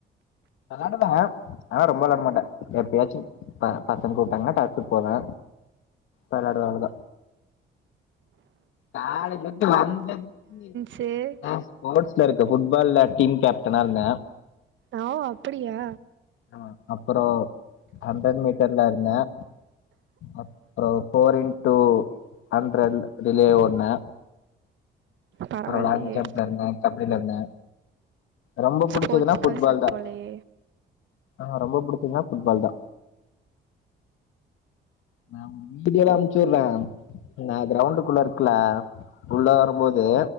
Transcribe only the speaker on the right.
சேரி
ஆ அப்படியா
பரவாயில்லையே
ஸ்போர்ட்ஸ்
பர்சன்
போலயே